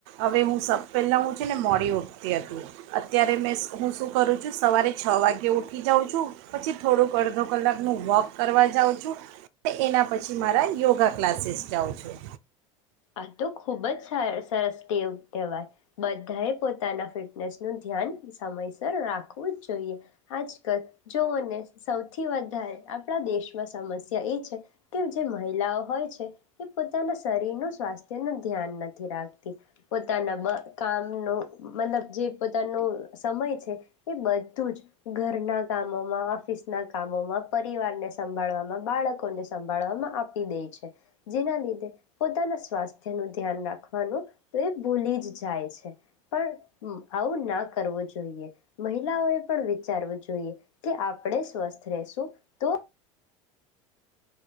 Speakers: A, on the right; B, on the left.
A: હવે હું સ પહેલાં હું છે ને મોડીયો તે હતું અત્યારે મેં હું શું કરું છું સવારે છ વાગે ઉઠી જાઉં છું પછી થોડુંક અડધો કલાકનું વોક કરવા જાઉં છું અને એના પછી મારા યોગા ક્લાસીસ જાઉં છું.
B: આ તો ખૂબ જ સરસ ટેવ કહેવાય બધાએ પોતાના ફિટનેસનું ધ્યાન સમયસર રાખવું જોઈએ આજકાલ જોઓને સૌથી વધારે આપણા દેશમાં સમસ્યા એ છે કે જે મહિલાઓ હોય છે એ પોતાના શરીરનું નથી રાખતી પોતાના બ કામનું મતલબ જે પોતાનું સમય છે એ બધું જ ઘરના કામોમાં ઓફિસના કામોમાં પરિવારને સંભાળવામાં બાળકોને સંભાળવામાં આપી દે છે જેના લીધે પોતાના સ્વાસ્થ્ય નું ધ્યાન રાખવાનું તો એ ભૂલી જ જાય છે પણ આવું ના કરવું જોઈએ મહિલાઓએ પણ વિચારવું જોઈએ કે આપણે સ્વસ્થ રશું તો